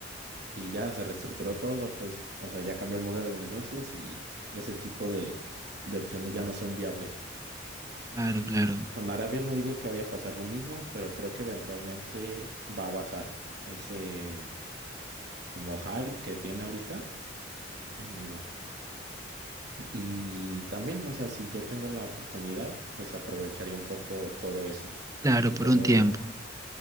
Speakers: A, on the right; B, on the right.
A: Y ya se reestructuró todo, pues, o sea, ya cambió el modelo de negocios y ese tipo de, de opciones ya no son viables.
B: Claro,
A: Y
B: claro,
A: con Arabia no digo que vaya a pasar lo mismo, pero creo que eventualmente va a bajar ese como hype que tiene ahorita. Eh, y también, o sea, si yo tengo la oportunidad, pues aprovecharía un poco todo eso.
B: claro,
A: Y
B: por
A: luego,
B: un tiempo.